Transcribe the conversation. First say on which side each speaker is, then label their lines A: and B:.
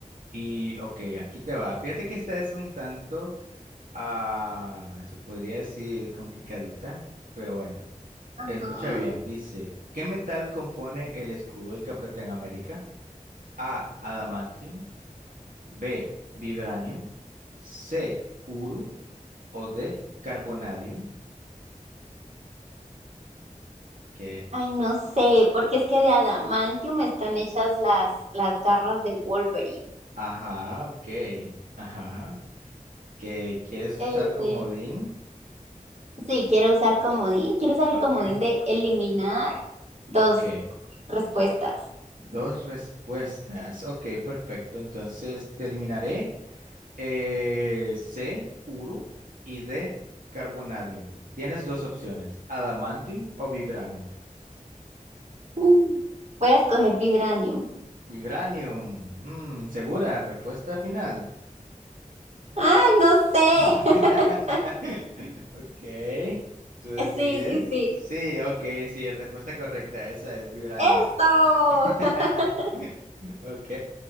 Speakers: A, on the right; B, on the right.
A: Y ok, aquí te va. Fíjate que esta es un tanto Ah, se podría decir complicadita, pero bueno.
B: Ajá.
A: Escucha bien, dice, ¿qué metal compone el escudo del Capitán América? A, adamantium, B, vibranium, C, uru o D, carbonadium. Ok,
B: Ay, no sé, porque es que de adamantium están hechas las, las garras de Wolverine.
A: ajá, ok, ajá. ¿Que quieres
B: Eh,
A: usar comodín?
B: sí, quiero usar comodín, quiero usar
A: Ok,
B: el comodín de eliminar dos
A: ok.
B: respuestas.
A: Dos respuestas. Ok, perfecto. Entonces te eliminaré. Eh, C, Uru y D, Carbonadium. Tienes dos opciones, Adamantium o Vibranium.
B: Mm. Voy a escoger vibranium.
A: Vibranium. Mm, segura, respuesta final.
B: Ay, no sé.
A: <laughs>
B: <laughs>
A: Ok, tú decides.
B: Sí, sí, sí.
A: Sí, ok, sí, respuesta correcta, esa es Vibranium.
B: Eso.
A: <laughs>
B: <laughs>
A: Ok,